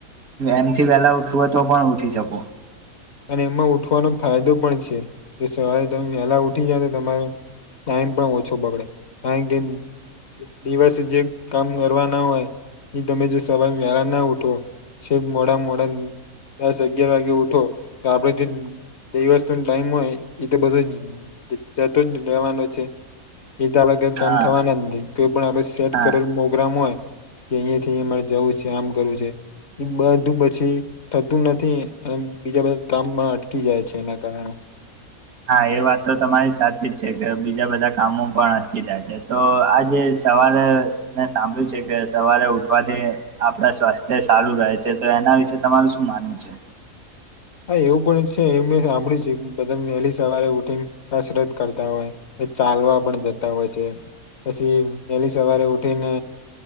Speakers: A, on the right; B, on the left.
A: એનથી વેલા ઉઠવું હોય તો પણ ઉઠી જઉં.
B: અને એમાં ઉઠવાનો ફાયદો પણ છે જો સવારે તમે વહેલા ઉઠી જાઓ ન તો તમાર ટાઈમ પણ ઓછો બગડે કારણ કે દિવસ જે કામ કરવા ના હોય એ તમે જો સવાર વેલા ના ઉઠો છેક મોડા મોડા દસ અગિયાર વાગે ઉઠો તો આપડે જે દિવસ નો ટાઈમ હોય એ તો બધો જ જતો જ રહેેવાનો છે.
A: <inaudible>
B: ઇત આપડે કઈ કામ
A: હા
B: થવાના નથી કોઈ પણ આપણે સેટ
A: હા
B: કરેલ પ્રોગ્રામ હોય કે અહીંયાથ આહીયા મારે જવું છે, આમ કરવું છે. એ બધું પછી થતું નથી અને બીજા બધ કામ પણ અટકી જાય છે એના કારણે.
A: હા એ વાત તો તમારી સાચી જ છે કે બીજા બધા કામો પણ અટકી જાય છે તો આજે સવારે મેં સાંભળ્યું છે કે સવારે ઉઠવાથી આપણા સ્વાસ્થ્ય સારું રહે છે તો એના વિશે તમારું શું માનવું છે.
B: હા એવું પણ છે એવુ મેં હાભળ્યું છે બધા વહેલી સવારે ઉઠીને કસરત કરતા હોય. ચાલવા પણ જતા હોય છે, પછી પેલી સવારે ઉઠીને